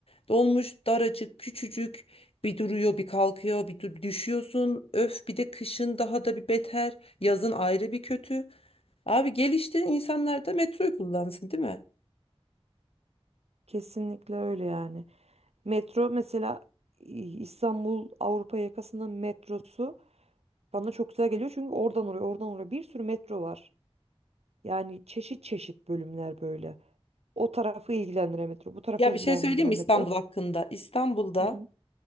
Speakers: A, on the left; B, on the right.
A: Dolmuş daracık, küçücük bir duruyor, bir kalkıyor, bir dur- düşüyorsun. Öf bir de kışın daha da bir beter, yazın ayrı bir kötü. Abi geliştirin insanlar da metroyu kullansın, değil mi?
B: kesinlikle öyle yani. Metro mesela İ- İstanbul Avrupa yakasının metrosu bana çok güzel geliyor çünkü oradan oraya oradan oraya bir sürü metro var. Yani çeşit çeşit bölümler böyle. O tarafı ilgilendiren metro, bu tarafı
A: Ya
B: ilgilendiren
A: bir şey söyleyeyim mi İstanbul
B: metro.
A: hakkında? İstanbul'da
B: Hı hı.